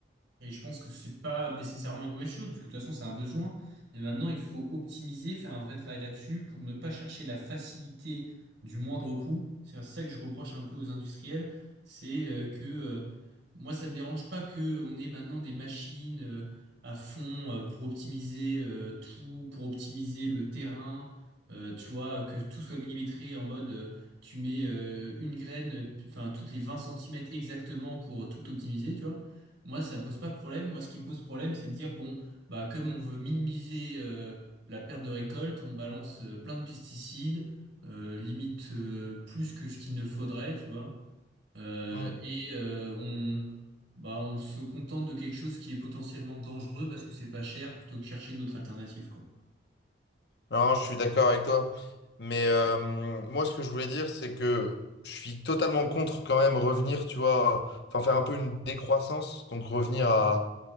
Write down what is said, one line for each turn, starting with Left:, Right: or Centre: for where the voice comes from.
Right: Et je pense que c'est pas nécessairement une mauvaise chose, parce que de toute façon, c'est un besoin. Et maintenant, il faut optimiser, faire un vrai travail là-dessus pour ne pas chercher la facilité du moindre coût. C'est ça que je reproche un peu aux industriels. C'est euh, que euh, moi, ça me dérange pas que on ait maintenant des machines euh, à fond euh, pour optimiser euh, tout, pour optimiser le terrain. Euh, tu vois, que tout soit millimétré en mode euh, tu mets euh, une graine, euh, enfin toutes les 20 centimètres exactement pour tout optimiser, tu vois. Moi, ça me pose pas de problème. Moi, ce qui me pose problème, c'est de dire, bon, bah, comme on veut minimiser euh, la perte de récolte, on balance euh, plein de pesticides, euh, limite euh, plus que ce qu'il ne faudrait, tu vois. Euh,
Left: Mm.
Right: et euh, on, bah, on se contente de quelque chose qui est potentiellement dangereux parce que c'est pas cher, plutôt que chercher d'autres alternatives, quoi.
Left: Non, je suis d'accord avec toi. Mais euh, moi, ce que je voulais dire, c'est que je suis totalement contre quand même revenir, tu vois, enfin faire un peu une décroissance, donc revenir à